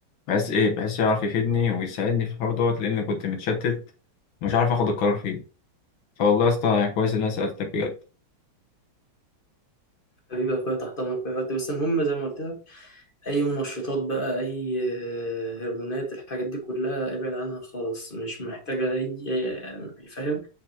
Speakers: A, on the left (about 85°); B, on the left (about 30°).
A: بحيث ايه بحيث يعرف يفيدني ويساعدني في الحوار دوت لان كنت متشتت ومش عارف اخد القرار فيه فوالله يا اسطى يعني كويس ان انا سالتك بجد
B: حبيبي يا أخويا تحت أمرك في أي وقت بس المهم زي ما قلت لك اي منشطات بقى اي آه، هرمونات الحاجات دي كلها ابعد عنها خالص مش محتاجة اي أي- فاهم